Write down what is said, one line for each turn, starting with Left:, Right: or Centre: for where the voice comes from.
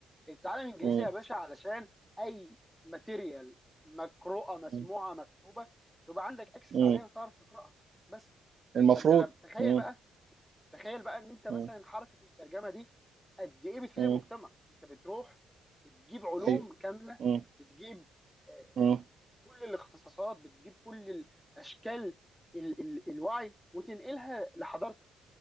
Centre: اتعلم انجليزي
Right: مم.
Centre: يا باشا علشان اي ماتيريال مقروءه مسموعه
Right: مم.
Centre: مكتوبه تبقى عندك اكسس
Right: مم.
Centre: عليها وتعرف تقراها بس
Right: المفروض
Centre: فانت لم تخيل
Right: مم.
Centre: بقى تخيل بقى ان انت مثلا
Right: مم.
Centre: حركه الترجمه دي قد ايه بتفيد
Right: مم.
Centre: المجتمع انت بتروح بتجيب علوم
Right: ايوه
Centre: كامله
Right: مم.
Centre: بتجيب آه،
Right: مم.
Centre: كل الاختصاصات بتجيب كل الاشكال ال ال الوعي وتنقلها لحضارتك